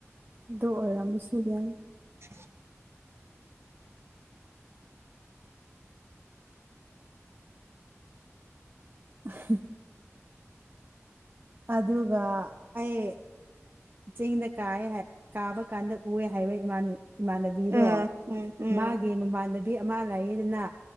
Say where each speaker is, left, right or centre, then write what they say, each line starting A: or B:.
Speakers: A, on the right; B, on the right.
A: ꯗꯣ ꯑꯣꯏꯔꯝꯕꯁꯨ ꯌꯥ
B: <inaudible>
A: <inaudible> ꯑꯗꯨꯒ ꯑꯩ ꯆꯤꯡꯗ ꯀꯥꯏ ꯀꯥꯕ ꯀꯥꯟꯗ ꯎꯑ ꯍꯥꯏꯕ ꯏꯃꯥꯟꯅꯕꯤꯗꯣ
B: ꯑꯥ ꯎꯝ ꯎꯝ
A: ꯃꯥꯒꯤ ꯃꯃꯥꯟꯅꯕꯤ ꯑꯃ ꯂꯩꯗꯨꯅ